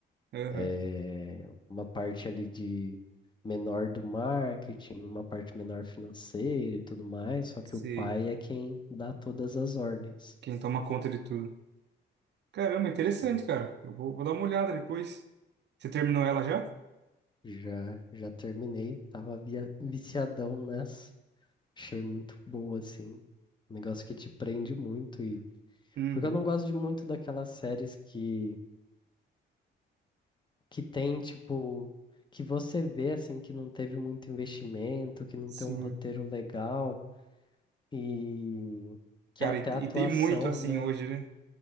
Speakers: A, on the right; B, on the left.
A: Aham.
B: eh, uma parte ali de menor do marketing, uma parte menor financeira e tudo mais, só
A: Sei.
B: que o pai é quem dá todas as ordens.
A: Quem toma conta de tudo. Caramba, interessante,
B: Sim.
A: cara. Eu vou, vou dar uma olhada depois. Você terminou ela já?
B: Já, já terminei, tava via- viciadão nessa, achei muito boa, assim, um negócio que te prende muito, e
A: Uhum.
B: porque eu não gosto de muito daquelas séries que, que tem, tipo, que você vê, assim, que não teve muito investimento, que não
A: Sim.
B: tem um roteiro legal, E que
A: Cara,
B: até
A: e, te-
B: a atuação,
A: e tem muito assim
B: né?
A: hoje, né?